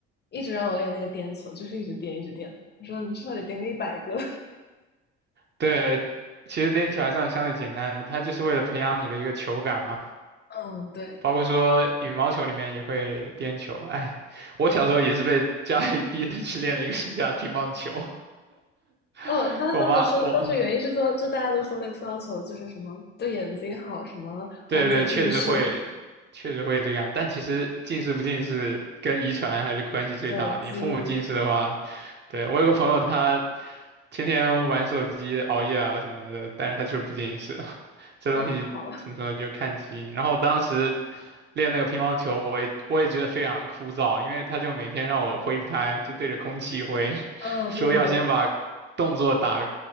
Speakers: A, on the left (about 30°); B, on the right (about 35°).
A: 一直让我练那个颠球，就是一直颠一直颠。我说你至少得颠个一百个。
B: 对，其实颠球还算相对简单的，它就是为了培养你的一个球感嘛。
A: <laughs> 嗯，对。
B: 包括说羽毛球里面也会颠球，哎，我小时候也是被家里逼着去练了一个暑假乒乓球。
A: 哦，
B: <laughs>
A: 他当时说，
B: 我妈，我，
A: 当时原因是说，就大家都说那个乒乓球就是什么对眼睛好，什么缓解近视，
B: 对对，确实会，确实会这个样。但其实近视不近视跟遗传还是关系最大的。
A: <laughs> 对基因
B: 你父母近视的话，对，我有个朋友他天天玩手机、熬夜啊什么的，但是他就是不近视，<laughs> 这东西怎么说就看基因。
A: 真好。
B: 然后我当时。练那个乒乓球，我也我也觉得非常枯燥，因为他就每天让我挥拍，就对着空气挥，
A: <laughs> 嗯，
B: <laughs> 说要先把动作打
A: 对对对，